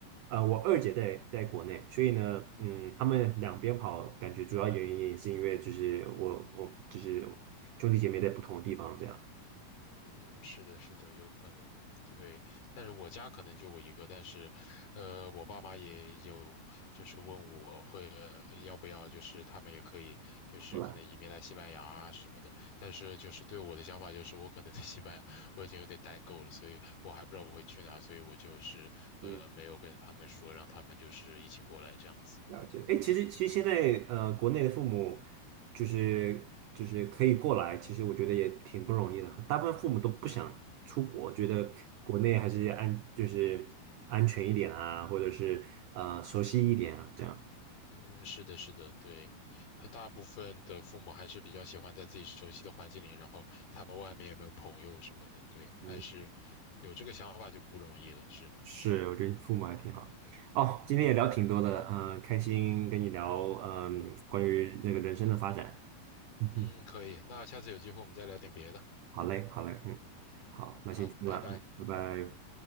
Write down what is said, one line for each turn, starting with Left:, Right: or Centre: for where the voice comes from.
Right: 呃，我二姐在在国内，所以呢，嗯，他们两边跑，感觉主要原因也是因为就是我我就是兄弟姐妹在不同的地方这样。
Left: 嗯，是的，是的，有可能，对。但是我家可能就我一个，但是，呃，我爸妈也有，就是问我会，呃要不要，就是他们也可以，就是可能移民来西班牙啊什么的。
Right: 好吧，
Left: 但是就是对我的想法就是，我可能在西班牙我已经有点待够了，所以我还不知道我会去哪，所以我就是呃没有跟他们说，
Right: 嗯，
Left: 让他们就是一起过来这样子。
Right: 了解。哎，其实其实现在呃，国内的父母就是就是可以过来，其实我觉得也挺不容易的。大部分父母都不想出国，觉得国内还是安就是安全一点啊，或者是呃熟悉一点啊，这样。
Left: 嗯，是的，是的，对，和大部分的父母还是比较喜欢在自己熟悉的环境里，然后他们外面有没有朋友什么的，对，
Right: 嗯。
Left: 还是有这个想法就不容易了，是，
Right: 是，我觉得父母还挺好。哦，今天也聊挺多的，
Left: 嗯
Right: 嗯、开心跟你聊，嗯、关于这个人生的发展。嗯哼，
Left: 嗯，可以，那下次有机会我们再聊点别的，
Right: 好嘞，好嘞，嗯，好，那先这样了，
Left: 好，拜拜。
Right: 嗯，拜拜。